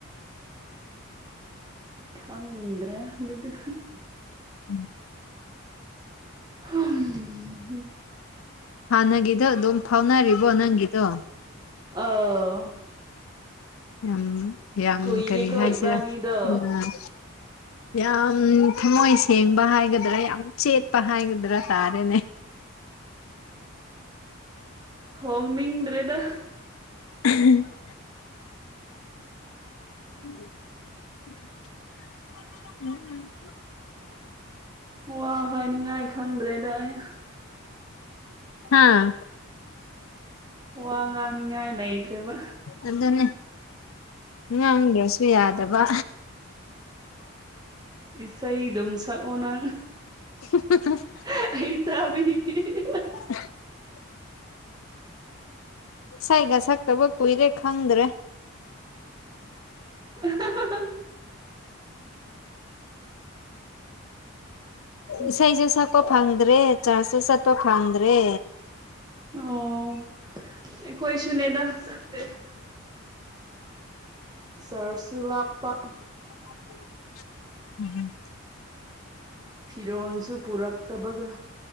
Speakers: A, on the right; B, on the left.
A: ꯈꯪꯗ꯭ꯔꯦ ꯑꯗꯨꯗꯤ
B: ꯎꯝ <unintelligible>
A: ꯎ <unintelligible>
B: ꯍꯥꯟꯅꯒꯤꯗꯣ ꯑꯗꯨꯝ ꯐꯥꯎꯅꯔꯤꯕꯣ ꯅꯪꯒꯤꯗꯣ
A: ꯑꯧ
B: ꯌꯥꯝ ꯌꯥꯝ
A: ꯀꯨꯏꯔꯦꯀꯣ
B: ꯀꯔꯤ ꯍꯥꯏꯁꯤꯔꯥ
A: ꯏꯕꯥꯅꯤꯗꯣ
B: ꯎꯝ ꯌꯥꯝ ꯊꯝꯃꯣꯏ ꯁꯦꯡꯕ ꯍꯥꯏꯒꯗ꯭ꯔꯥ ꯌꯥꯝ ꯆꯦꯠꯄ ꯍꯥꯏꯒꯗ꯭ꯔꯥ ꯇꯥꯔꯦꯅꯦ
A: ꯍꯣꯡꯅꯤꯡꯗ꯭ꯔꯦꯗ
B: ꯎꯝ <unintelligible> <inaudible>
A: ꯋꯥ ꯍꯥꯏꯅꯤꯡꯉꯥꯏ ꯈꯪꯗ꯭ꯔꯦꯗ ꯑꯩ
B: ꯍꯥꯥ
A: ꯋꯥ ꯉꯥꯡꯅꯤꯡꯉꯥꯏ ꯂꯩꯇ꯭ꯔꯦꯕ
B: ꯑꯗꯨꯅꯦ ꯉꯥꯡꯗ꯭ꯔꯁꯨ ꯌꯥꯗꯕ
A: ꯏꯁꯩꯗꯨꯝ ꯁꯛꯑꯣꯅ
B: <inaudible>
A: ꯍ <unintelligible> ꯇꯃꯤ <unintelligible>
B: <inaudible> ꯏꯁꯩꯒ ꯁꯛꯇꯕ ꯀꯨꯏꯔꯦ ꯈꯪꯗ꯭ꯔꯦ
A: <unintelligible> ꯎꯝ
B: ꯏꯁꯩꯁꯨ ꯁꯛꯄ ꯐꯪꯗ꯭ꯔꯦ ꯆꯥ꯭ꯔꯖꯁꯨ ꯆꯠꯄ ꯐꯪꯗ꯭ꯔꯦ
A: ꯑꯣ ꯑꯩꯈꯣꯏꯁꯨꯅꯦꯗ ꯆꯠꯇꯦ ꯆꯥ꯭ꯔꯖꯁꯨ ꯂꯥꯞꯄ
B: <unintelligible>
A: ꯐꯤꯔꯣꯟꯁꯨ ꯄꯨꯔꯛꯇꯕꯒ